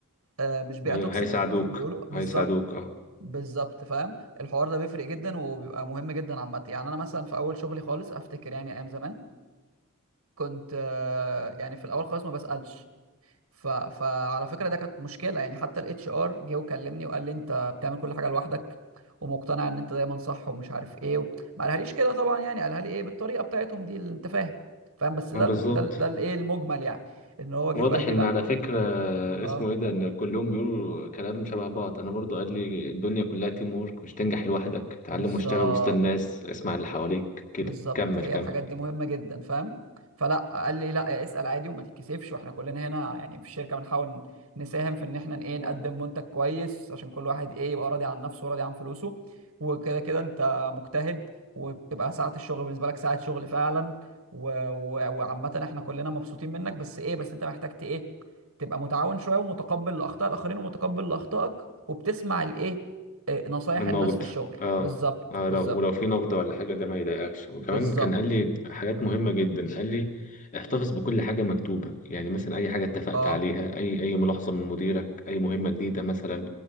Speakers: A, on the right; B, on the left.
A: آه، مش بيئه
B: هي-
A: توكسيك
B: هيساعدوك
A: زي ما بيقولوا بالظبط
B: هيساعدوك اه
A: بالظبط فاهم الحوار ده بيفرق جدا وبيبقى مهم جدا عامه يعني انا مثلا في اول شغلي خالص افتكر يعني ايام زمان كنت آه، يعني في الاول خالص ما بسالش ف... فعلى فكره ده كانت مشكله يعني حتى الاتش ار جه وكلمني وقال لي انت بتعمل كل حاجه لوحدك ومقتنع ان انت دايما صح ومش عارف ايه و... ما قالهاليش كده طبعا يعني قالها لي ايه بالطريقه بتاعتهم دي اللي انت فاهم فاهم بس ده
B: آه، بالظبط
A: ده ده الايه المجمل يعني ان هو جه
B: واضح
A: وقال لي
B: ان
A: لا
B: على فكرة
A: اه
B: اسمه ايه ده ان كلهم بيقولوا كلام شبه بعض انا برضو قال لي الدنيا كلها تيم وورك مش تنجح لوحدك اتعلم
A: بالظبط
B: واشتغل وسط الناس اسمع اللي حواليك كده
A: بالظبط
B: كمل
A: هي
B: كمل
A: الحاجات دي مهمة جدا فاهم فلا قال لي لا اسأل عادي وما تتكسفش واحنا كلنا هنا يعني في الشركة بنحاول نساهم في ان احنا ايه نقدم
B: مم.
A: منتج كويس عشان كل واحد ايه يبقى راضي عن نفسه وراضي عن فلوسه وكده كده انت مجتهد وبتبقى ساعة الشغل بالنسبة لك ساعة شغل فعلا و... و... وعامة احنا كلنا مبسوطين منك بس ايه بس انت محتاج ت- ايه تبقى متعاون شوية ومتقبل لأخطاء الآخرين ومتقبل لأخطائك وبتسمع الايه إيه، نصايح
B: من
A: الناس
B: نقد
A: في الشغل
B: اه
A: بالظبط
B: اه
A: بالظبط
B: لو ولو في نقد ولا حاجة ده ما يضايقكش وكمان
A: بالظبط
B: كان قال لي حاجات مهمة جدا قال لي احتفظ بكل حاجة مكتوبة يعني مثلا أي حاجة اتفقت
A: اه
B: عليها أي أي ملاحظة من مديرك أي مهمة جديدة مثلا